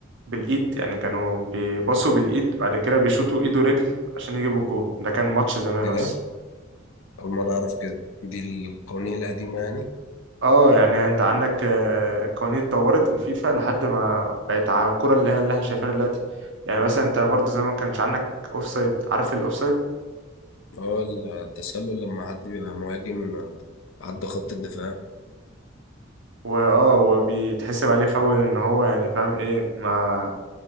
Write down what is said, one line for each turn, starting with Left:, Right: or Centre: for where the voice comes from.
Right: بالايد يعني كانوا بيباصوا بالايد بعد كده بيشوطوا ايد ورجل عشان يجيبوا الجون ده كان ماتش زمان
Left: ايه
Right: اصلا
Left: ده أول مرة أعرف كده دي القوانين القديمة يعني
Right: اه يعني انت عندك آه، القوانين اتطورت الفيفا لحد ما بقت على الكرة اللي هي اللي احنا شايفينها دلوقتي يعني مثلا انت برضو زمان كانش عندك اوفسايد عارف الاوفسايد
Left: هو التسلل لما حد بيبقى مهاجم آه، عدى خط الدفاع
Right: واه وبيتحسب عليه فاول ان هو يعني فاهم ايه ما